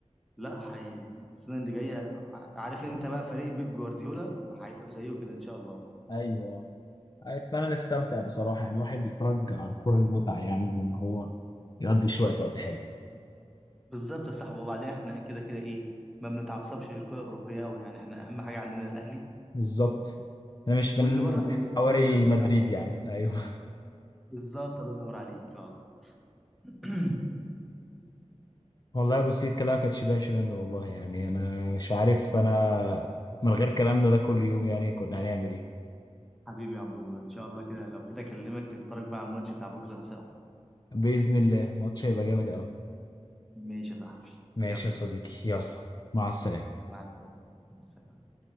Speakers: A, in the centre; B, on the left.
A: لا حي... السنه اللي جايه ع- عارف انت بقى فريق بيب جوارديولا هيبقى زيه كده ان شاء الله
B: ايوه اتمنى نستمتع بصراحه يعني الواحد بيتفرج على الكوره المتعه يعني وان هو يقضي شويه وقت حلو
A: بالظبط يا صاحبي وبعدين احنا كده كده ايه ما بنتعصبش للكره الاوروبيه قوي يعني احنا اهم حاجه عندنا الاهلي
B: بالظبط انا مش من
A: واللي بره احنا بنتفرج
B: حواري
A: للمتعه
B: مدريد يعني ايوه
A: بالظبط الله ينور عليك اه <clears throat>
B: والله يا ابو سيد كلامك ما كانش منه والله يعني انا مش عارف انا من غير كلامنا ده كل يوم يعني كنا هنعمل ايه
A: حبيبي يا عمور ان شاء الله كده لو كده اكلمك نتفرج بقى على الماتش بتاع بكره ده سوا
B: باذن الله ماتش هيبقى جامد قوي
A: ماشي يا صاحبي
B: ماشي
A: يلا
B: يا صديقي يلا مع السلامه
A: مع السلامه مع السلامة.